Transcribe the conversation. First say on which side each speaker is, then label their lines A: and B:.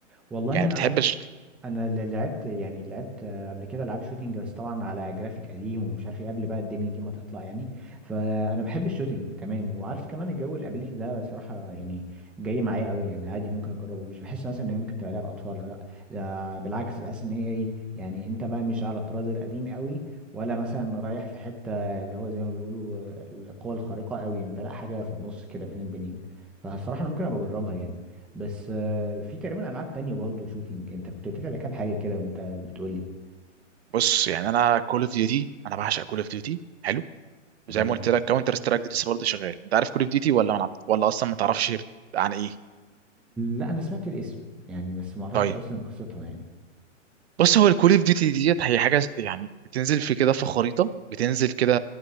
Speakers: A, in the centre; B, on the right.
A: والله
B: يعني بتحبش
A: انا اللي لعبت يعني لعبت آه، قبل كده العاب شوتينج بس طبعا على جرافيك قديم ومش عارف ايه قبل بقى الدنيا دي ما تطلع يعني فانا بحب الشوتينج تمام وعارف كمان الجو الابيليتي ده صراحه يعني جاي معايا قوي يعني عادي ممكن اجربه مش بحس مثلا ان هي ممكن تبقى لعبه اطفال ولا لا ده بالعكس بحس ان هي ايه يعني انت بقى مش على الطراز القديم قوي ولا مثلا رايح في حته اللي هو زي ما بيقولوا آه، القوى الخارقه قوي انت لا حاجه في النص كده بين البنين فالصراحه انا ممكن ابقى اجربها يعني بس آه، في تقريبا العاب تانية برضه شوتينج انت كنت قلت لي على كام حاجه كده وانت بتقول لي
B: بص يعني انا كول اوف ديوتي انا بعشق كول اوف ديوتي حلو
A: تمام
B: وزي ما قلت لك كاونتر سترايك دي لسه برضه شغال انت عارف كول اوف ديوتي ولا ما لعبت ولا اصلا ما تعرفش عن ايه
A: لا انا سمعت الاسم يعني بس ما اعرفش
B: طيب
A: اصلا قصتها يعني
B: بص هو الكول اوف ديوتي ديت هي حاجه يعني بتنزل في كده في خريطه بتنزل كده